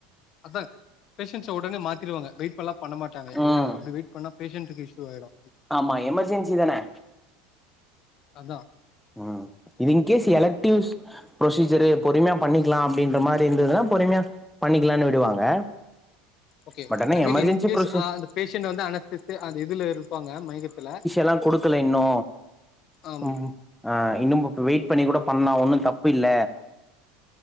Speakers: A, on the left; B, in the centre.
A: அதா பேஷண்ட்ஸ ஒடனே மாத்திருவாங்க வெயிட் பண்லா பண்ணமாட்டாங்க இல்லையா
B: ம்
A: அப்டி வெயிட் பண்ணா பேஷண்ட்டுக்கு இஷ்யுவாய்டு
B: ஆமா எமர்ஜென்சி தானே
A: அதா
B: ம் இது இங்கேஸ் எலக்டிவ்ஸ் ப்ரொசீஜர்ரு பொறுமையா பண்ணிக்லா அப்டின்ட மாரி இருந்ததுனாப் பொறுமையா பண்ணிக்கலான்னு விடுவாங்க
A: ஓகே
B: பட் ஆனா
A: ஐ மீன்
B: எமர்ஜென்சி
A: இன்கேஸ்
B: ப்ரொசி
A: ஆ அந்த பேஷன்ட் வந்து அனஸ்த்தித்தி அந்த இதுல இருப்பாங்க மயக்கத்துல
B: எல்லா குடுக்கல இன்னு
A: ஆம்
B: ம் ஆ இன்னும்புப்பு வெயிட் பண்ணி கூட பண்ணா ஒண்ணு தப்பில்ல